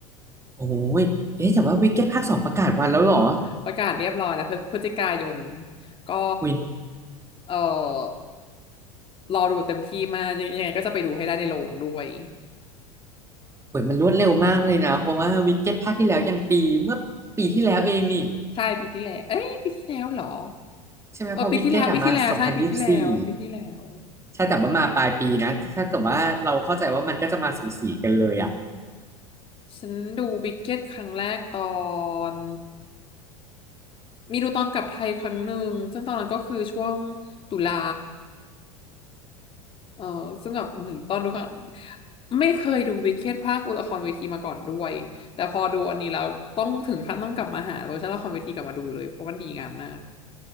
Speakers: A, on the right; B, on the left.
A: โอ้ยเอ๊ะแต่ว่าวิกเก็ตภาคสองประกาศวันแล้วเหรอ
B: ประกาศเรียบร้อยแล้วพฤพฤศจิกายนก็
A: อุ้ย
B: เออรอดูเต็มที่มากยังยังไงก็จะไปดูให้ได้ในโรงด้วย
A: เหมือนมันรวดเร็วมากเลยนะเพราะว่าวิกเก็ตภาคที่แล้วยังปีเมื่อปีที่แล้วเองนี่
B: ใช่ปีที่แล้ว เอ้ยปีที่แล้วเหรอ
A: ใช่ไหมเพราะวิกเก็ตอะมาสองพันยี่สิบสี่
B: เออปีที่แล้วปีที่แล้วใช่ปีที่แล้วปีที่แล้ว
A: ใช่แต่ว่ามาปลายปีนะถ้าเกิดว่าเราเข้าใจว่ามันก็จะมาสูสีกันเลยอ่ะ
B: ฉันดูวิกเก็ตครั้งแรกตอนมีดูตอนกลับไทยครั้งหนึ่งซึ่งตอนนั้นก็คือช่วงตุลาเออซึ่งแบบอื้อหือตอนดูครั้งไม่เคยดูวิกเก็ตภาคละครเวทีมาก่อนด้วยแต่พอดูอันนี้แล้วต้องถึงขั้นต้องกลับมาหาเวอร์ชันละครเวทีกลับมาดูเลยเพราะมันดีงามมาก